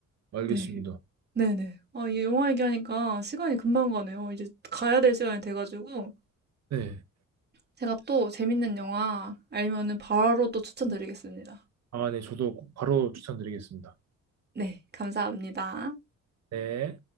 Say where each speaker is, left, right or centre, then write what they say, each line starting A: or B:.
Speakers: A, on the right (about 60°); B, on the right (about 35°).
A: 알겠습니다.
B: 네. 네네. 아, 이게 영화 얘기하니까 시간이 금방 가네요. 이제 가야 될 시간이 돼가지고
A: 네.
B: 제가 또 재밌는 영화 알면은 바로 또 추천드리겠습니다.
A: 아, 네. 저도 바로 추천드리겠습니다.
B: 네, 감사합니다.
A: 네.